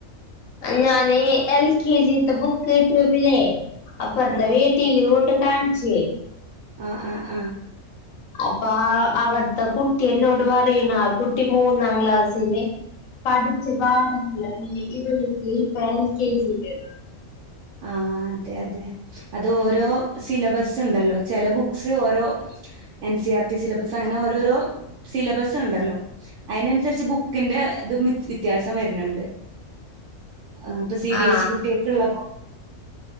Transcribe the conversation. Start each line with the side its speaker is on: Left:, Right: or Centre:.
Left: ഞാന് എൽ കെ ജിത്തെ ബുക്ക് കിട്ടിയപ്പ്ളെ. അപ്പർത്തെ
Right: ആഹ്
Left: വീട്ടീല് കോണ്ട് കാണിച്ച്.
Right: ആഹ് ആഹ് ആഹ്
Left: അപ്പ അവിടത്തെ കുട്ടി എന്നോട് പറയണ്. ആ കുട്ടി മൂന്നാം ക്ലാസില്. പഠിച്ചു പാട ഇവ നിക്ക് ഇപ്പം എൽ കെ ജിയില്
Right: ആഹ് അതെ അതെ അത് ഓരോ സിലബസ് ഉണ്ടല്ലോ ചെില ബുക്സ് ഓരോ N C R T syllabus അങ്ങനെ ഓരോരോ സിലബസ് ഉണ്ടല്ലോ? അതിനനുസരിച്ച് ബുക്കിന്റെ ഇതും വിത്യാസം വരുന്നുണ്ട് ആഹ് ഇപ്പൊ സി ബി
Left: ആ
Right: എസ് ഇ കുട്ടിയക്കുള്ള